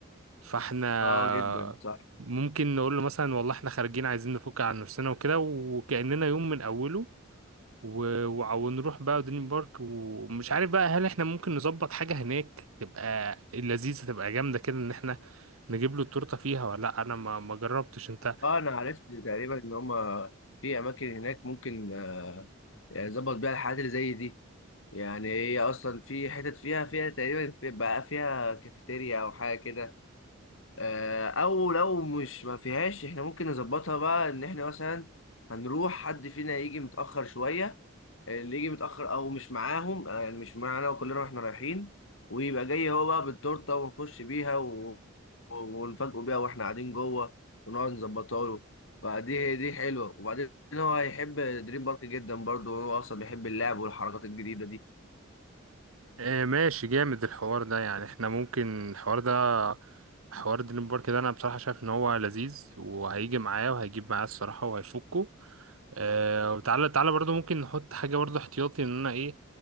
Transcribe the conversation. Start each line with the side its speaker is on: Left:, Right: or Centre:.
Right: فاحنا
Left: اه جدا صح
Right: ممكن نقول له مثلا والله احنا خارجين عايزين نفك عن نفسنا وكده وكأننا يوم من أوله و... وع- ونروح بقى دريم بارك ومش عارف بقى هل احنا ممكن نظبط حاجة هناك تبقى لذيذة تبقى جامدة كده ان احنا نجيب له التورتة فيها ولا لا انا ما ما جربتش انت
Left: اه انا عرفت تقريبا ان هما في اماكن هناك ممكن يعني ظبط بيها الحاجات اللي زي دي يعني هي اصلا في حتت فيها فيها تقريبا في بقى فيها كافيتيريا او حاجه كده آه، او لو مش ما فيهاش احنا ممكن نظبطها بقى ان احنا مثلا هنروح حد فينا يجي متاخر شويه اللي يجي متأخر أو مش معاهم آه، يعني مش معانا وكلنا واحنا رايحين ويبقى جاي هو بقى بالتورتة ونخش بيها و... و- ونفاجئه بيها واحنا قاعدين جوه ونقعد نظبطها له فدي دي حلوة وبعدين هو هيحب دريم بارك جدا برضه وهو أصلا بيحب اللعب والحركات الجديدة دي
Right: اه ماشي جامد الحوار ده يعني احنا ممكن الحوار ده حوار دريم بارك ده انا بصراحة شايف ان هو لذيذ وهيجي معايا وهيجيب معايا الصراحة وهيفكه آه وتعالى تعالى برضو ممكن نحط حاجة برضو احتياطي ان انا ايه